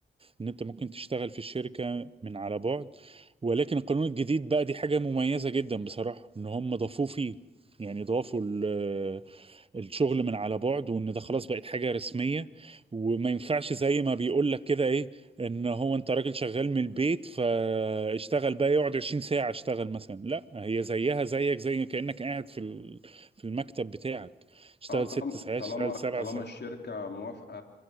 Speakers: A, on the right; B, on the left.
A: ان انت ممكن تشتغل في الشركة من على بعد ولكن القانون الجديد بقى دي حاجة مميزة جدا بصراحة ان هم ضافوه فيه يعني ضافوا ال- الشغل من على بعد وان ده خلاص بقت حاجة رسمية وما ينفعش زي ما بيقول لك كده ايه ان هو انت راجل شغال من البيت فاشتغل بقى يقعد 20 ساعة اشتغل مثلا لا هي زيها زيك زي كأنك قاعد في ال- في المكتب بتاعك اشتغل
B: اه طالما
A: ست ساعات
B: طالما
A: اشتغل
B: طالما
A: سبع ساعات
B: الشركة موافقة